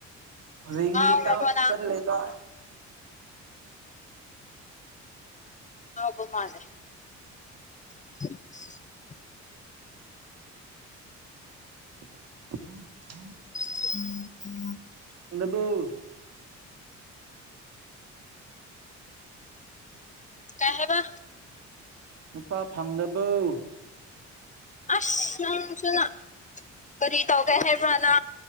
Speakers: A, on the right; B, on the left.
A: ꯔꯡꯗꯤ
B: ꯉꯥꯎꯔꯕꯣ
A: ꯇ
B: ꯅꯪ
A: ꯆꯠꯂꯦꯕ
B: ꯕ ꯃꯥꯗ꯭ꯔꯦ <unintelligible> ꯍ <unintelligible>
A: <unintelligible>
B: <unintelligible>
A: ꯗꯣ
B: ꯀꯥꯏ ꯍꯥꯏꯕ
A: ꯅꯨꯄꯥ ꯐꯪꯗꯕꯧ
B: ꯑꯁ ꯅꯪꯁꯤꯅ ꯀꯔꯤ ꯇꯧꯒꯦ ꯍꯥꯏꯕ꯭ꯔꯅ